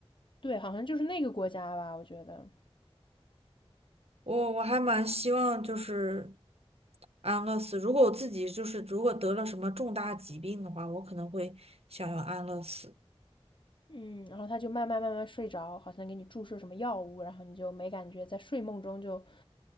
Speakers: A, on the left; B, on the right.
A: 对，好像就是那个国家吧，我觉得。
B: 我我还蛮希望就是安乐死。如果我自己就是如果得了什么重大疾病的话，我可能会想要安乐死。
A: 嗯，然后他就慢慢慢慢睡着，好像给你注射什么药物，然后你就没感觉，在睡梦中就